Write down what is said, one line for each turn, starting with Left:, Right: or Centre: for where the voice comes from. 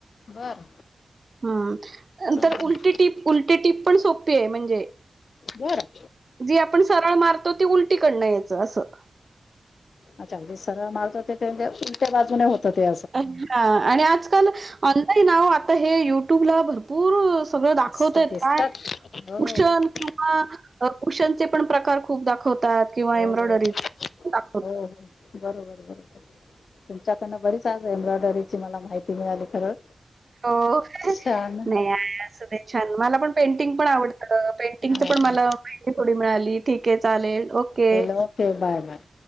Left: बर
Right: हम्म नंतर
Left: चालेल
Right: उलटी टीप उलटी टीप पण सोपी आहे म्हणजे
Left: बरं
Right: जी आपण सरळ मारतो ती उलटीकडनं यायचं असं.
Left: अच्छाे सरळ माारत हो ते उलट्या बाजूने होत ते
Right: हा आणि आजकाल ऑनलाईनव आता हे युट्यूबला भरपूर सगळ दाखवताय
Left: असं दिसतात
Right: काय
Left: हो हो
Right: कुषण कुशनचे पण प्रकार खूप दाखवतात किंवा एम्ब्रॉयडरी
Left: हो
Right: दाखवतात.
Left: हो बरोबर बरोबर तुमच्याकडनं बरीच आज एम्ब्रॉयडरीची मला माहिती मिळाली खरं
Right: हो
Left: छान
Right: नाही असं दे छान मला पण पेंटिंग पण आवडत पेंटिंगच
Left: हा
Right: पण मला माहिती थोडी मिळाली ठीक आहे चालेल okay
Left: okay bye bye